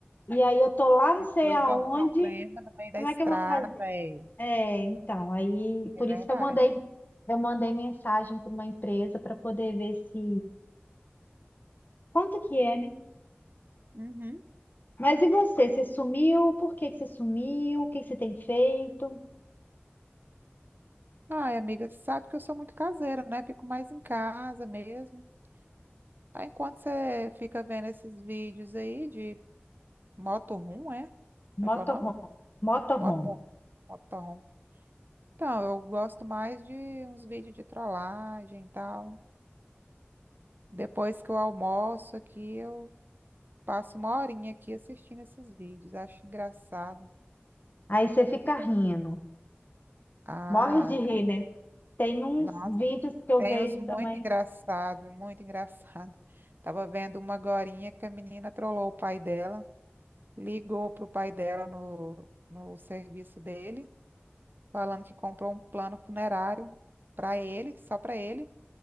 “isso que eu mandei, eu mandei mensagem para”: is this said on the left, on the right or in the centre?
Left